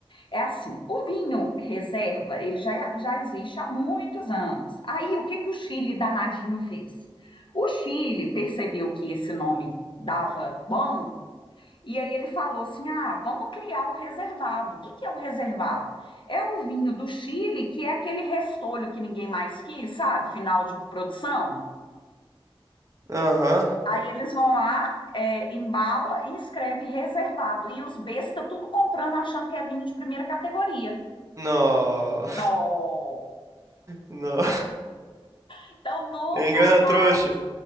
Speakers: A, on the left (about 55°); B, on the right (about 35°).
A: É assim, o vinho reserva, ele já, já existe há muitos anos. Aí, o que que o Chile danadinho fez? O Chile percebeu que esse nome dava bom E aí ele falou assim: ah, vamos criar o reservado. O que, que é o reservado? É o vinho do Chile, que é aquele restolho que ninguém mais quis, sabe? Final de produção.
B: Aham.
A: Aí eles vão lá, é, embala e escreve reservado. E os besta tudo comprando, achando que é vinho de primeira categoria.
B: Não.
A: Não!
B: <laughs> Não.
A: Então nunca
B: Engana
A: mais
B: trouxa.